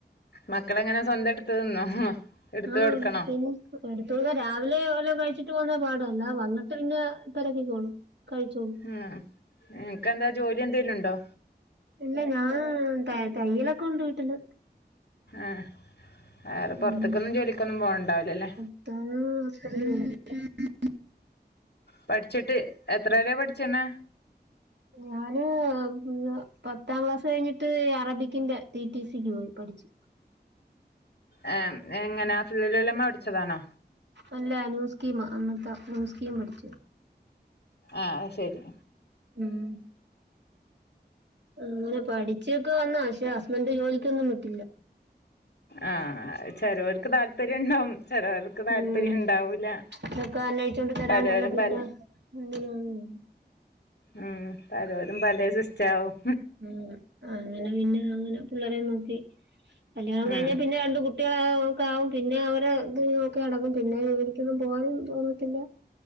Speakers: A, on the left; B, on the right.
A: മക്കളെങ്ങനെ സ്വന്തം ഇട്ത്ത് തിന്നോ എടുത്ത്
B: ആഹ്
A: കൊടുക്കണോ
B: തിന്ന് എടുതൊളുന്ന രാവിലെ വല്ല കഴിച്ചിട്ട് പോന്ന പാട അല്ലവന്നട്ട് പിന്നെ തെരകിക്കോളും കഴിച്ചോളൂ
A: മ്ഹ. ഇങക്ക് എത്നാ ജോലി എന്തേലും ഉണ്ടോ
B: ഇല്ല ഞാ ഹ്ഹ് തയ്യ തയ്യലൊകൊണ്ട് വീട്ടില്
A: ആഹ് അഹ് പൊർത്ക്കൊന്നും
B: ഉം
A: ജോലിക്കൊന്നും പോകൻണ്ടാവലല്ലേ
B: <unintelligible>
A: പഠിച്ചിട്ട് എത്ര വരെ പഠിച്ച്ണ്
B: ഞാന് ഹ്ഹ് പത്താം ക്ലാസ് ഴിഞ്ഞിട്ട് അറബിക്കിന്റെ ടി ടി സിക്ക് പോയി പഠിച്ചു.
A: യേം എങ്ങനെ അഫുള്ളുലമ്മ പഠിച്ചതാണോ
B: അല്ല ന്യൂ സ്കീമ അന്നത്തെ ന്യൂ സ്കീം പഠിചു
A: ആഹ് അത് ശരി.
B: ഉം അങ്ങനെ പഠിച്ചൊക്കെ വന്നാ പക്ഷെ ഹസ്ബന്റ് ജോലിക്കൊന്നും വിട്ടില്ല.
A: ആഹ് ചേലോർ ക്ക് താല്പര്യ ണ്ടാവും. ചെലോർക്ക് താല്പര്യം
B: ഉം
A: ണ്ടാവൂല
B: ഇതൊക്കെ അന്വേഷിച്ചോണ്ട് തരാണ്ടല്ലോ
A: പലരും
B: പിന്നെ
A: പല
B: ഉം
A: ഉം പലോരും പലേ സിസ്റ്റാവും.
B: ആഹ് അങ്ങനെ പിന്നെ അങ്ങനെ പിള്ളേരേം നോക്കി കല്യാണം കഴിഞ്ഞാ
A: ഉം
B: പിന്നെ രണ്ട് കു ട്ട്യേളെക്കാവും പിന്നെ അവരെ ഇത് നോക്കി നടക്കും പിന്നെ ജോലിക്കൊന്നും പോകാനും തോന്നത്തില്ല.